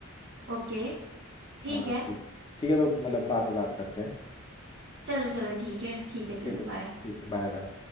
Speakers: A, on the right (about 60°); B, on the left (about 20°).
A: ओके ठीक
B: हाँ
A: है
B: ठीक ठीक है तो मतलब बाद में बात करते हैं
A: चलो चलो ठीक है ठीक है
B: ठीक
A: चलो
B: है
A: बाय
B: ठीक है बाय बाय